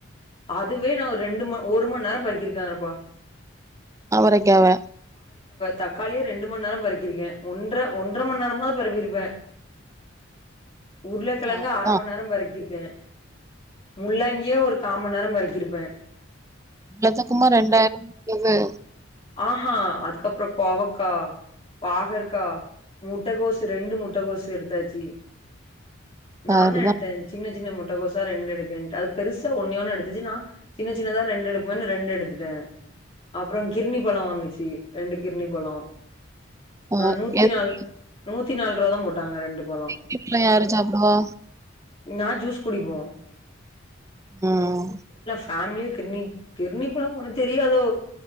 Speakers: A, on the left; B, on the right.
A: அதுவே நா ஒர் ரெண்டு ம ஒரு மணி நேரோ பெக்கிருக்கே ரம்பா
B: அவரக்காவ
A: தக்காளியே ரெண்டு மணி நேர பெறக்கிருக்கே ஒன்ற ஒன்றரை மணி நேரமாவது பெறப்பிருப்ப உருளக்கெழங்கு
B: அதுதா
A: அர மண் நேர பெறக்கி ருக்கே முள்ளாங்கியே ஒரு காமன் நேர பெறக்கிருப்ப
B: எல்லாத்துக்குமா ரெண்டாயிரம் வந்துது
A: ஆஹா அதுக்கப்றோ கோவக்கா பாகற்கா முட்டகோசு ரெண்டு முட்டகோசு எடுத்தாச்சு நா
B: அதுதா
A: தா எடுத்த சின்ன சின்ன முட் முட்டகோசா ரெண்டு எடுக்க அது பெருசா ஒன்னே ஒன்னு எடுத்துச்சு நா சின்ன சின்னதா ரெண்டு எடுப்போம்ன்னு ரெண்டு எடு எடுத்துட்டே அப்றோ கிரிணி பழோ வாங்குச்சு ரெண்டு கிரிணி பழோ
B: <unintelligible>
A: ஆ நூத்தி நால் நூத்தி நாலு ருவா தா போட்டாங்க ரெண்டு பழோ
B: வீட்ல யாரு சாப்டுவா
A: ன்னா ஜூஸ் குடிப்போ
B: ம்
A: ஃபேம்லிய கிர்ணி கிர்ணிப்பழோ உனக் தெரியாதோ